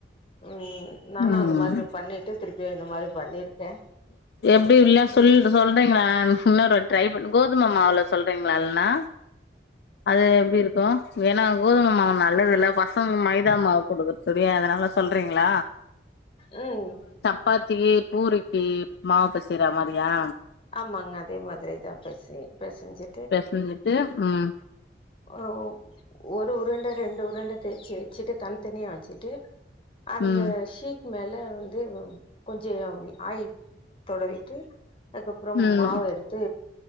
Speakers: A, on the left (about 30°); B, on the left (about 60°).
A: ம் நானா
B: ம்
A: இந்த மாதிரி
B: ம்
A: பண்ணிட்டு திருப்பியு இந்த மாரி பண்ணிர்க்கே
B: எப்டி இல்ல
A: அஞ்சே
B: சொல் சொல்றீங்களா இன்னொரு வாட் ட்ரை பண்ணு கோதும மாவுல சொல்றீங்களா இல்ன்னா அது எப்டி இருக்கு ஏன்னா கோதும மாவு நல்லதுல்ல பசங்களுக்கு மைதா மாவ குடுக்குறதுக்கு அதனால சொல்றீங்களா
A: ம்
B: சாப்பாத்திக்கி பூரிக்கி மாவு பெசைற மாறியா
A: ஆமாங்க அதே மாதிரிதா பெசயனு பெசஞ்சி
B: பெசஞ்சிட்டு ம்
A: ஆ ஒரு உருண்ட ரெண்டு உருண்ட தேய்ச்சி வச்சிட்டு தனி தனியா வச்சிட்டு அந்த
B: ம்
A: ஷீட் மேல வந்து கொஞ்சோ ஆயில் தடவீட்டு அதுக்கப்றோ
B: ம்
A: மாவ எடுத்து